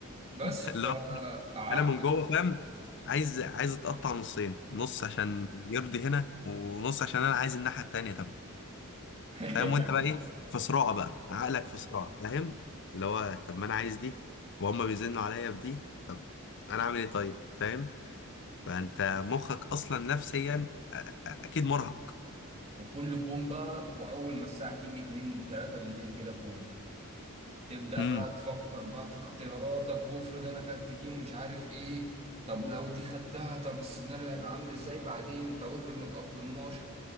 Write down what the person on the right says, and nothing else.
بس
فقعدت
<laughs>
وكل كومبا واول ما الساعه تيجي 2 3 بالليل كده كومبا تبدا
بقى تفكر بقى في اختياراتك وافرض انا خدت دي ومش عارف ايه طب لو دي خدتها طب السيناريو هيبقى عامل ازاي بعدين طب افرض ما تأقلمناش